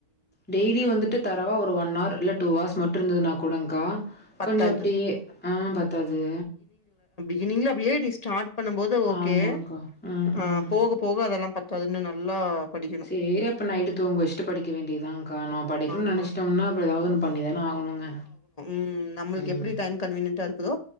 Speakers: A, in the centre; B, on the left (about 25°).
A: டெய்லி வந்துட்டு தரவா ஒரு ஒன் ஆர் இல்ல டூஆர்ஸ் மட்டும் இருந்ததுன கூடுங்கா
B: பத்தாது
A: கொஞ்சம் அப்படியே ஆஹ் பத்தாது
B: பிகிநீங்கள அப்படியே நீ ஸ்டார்ட் பண்ணும்போது ஓகே
A: ஆமாங்க்கா. ம்,
B: ஆ
A: ம்.
B: போக போக அதெல்லாம் பத்தாதுன்னு நல்லா படிக்கணு
A: சேரி அப்ப நைட்டு தூங்க வெச்சிட்டு படிக்க வேண்டியதுதான்கா. நான் படிக்கணும்னு
B: ஆமா
A: நெனைச்சிட்டோம்னா அப்புறம் ஏதாவது ஒண்ணு பண்ணிதானே ஆகணுங்க.
B: உம் நம்மளுக்கு
A: ம்
B: எப்படி டைம் கன்வீன் டா இருக்குதோ